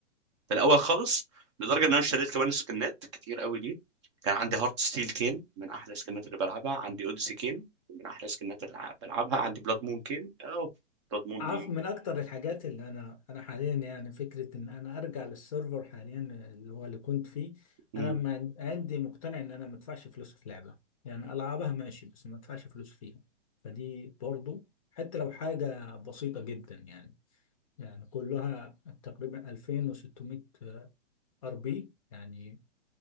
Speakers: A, on the right; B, on the left.
A: في الاول خالص لدرجه ان انا اشتريت كمان سكنات كتير قوي ليه كان عندي هارت ستيل كين من احلى السكنات اللي بلعبها عندي اوديسي كين من احلى السكنات اللي ع- بلعبها عندي بلاد مون كين او بلاد مون
B: عارف
A: دي
B: من اكتر الحاجات اللي انا انا حاليا يعني فكره ان انا ارجع للسيرفر حاليا اللي هو اللي كنت فيه
A: مم.
B: انا ما عن- عندي مقتنع ان انا ما ادفعش فلوس في لعبه يعني العبها ماشي بس ما ادفعش فلوس فيها فدي برضو حتى لو حاجه بسيطه جدا يعني يعني كلها تقريبا 2600 ار بي يعني